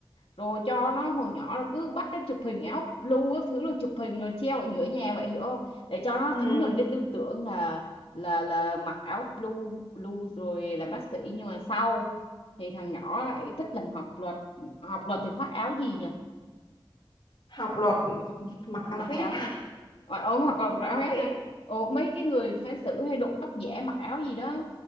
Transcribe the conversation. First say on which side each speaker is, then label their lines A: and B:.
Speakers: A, on the left (about 80°); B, on the left (about 60°).
A: rồi cho nó hồi nhỏ là cứ bắt nó chụp hình áo blue các thứ rồi chụp hình rồi treo ở giữa nhà vậy hiểu không để cho nó
B: Ừ,
A: thấm nhuần cái tư tưởng là là là mặc áo blue blue rồi làm bác sĩ nhưng mà sau thì thằng nhỏ lại thích làm học luật học luật thì khoác áo gì nhỉ
B: học luật mặc
A: thì
B: áo
A: mặc
B: vest.
A: áo gì ôi ôm hoặc
B: Ừ, Mặc
A: là
B: áo
A: áo hết
B: vest.
A: à ồ mấy cái người phán xử hay đội tóc giả mặc áo gì đó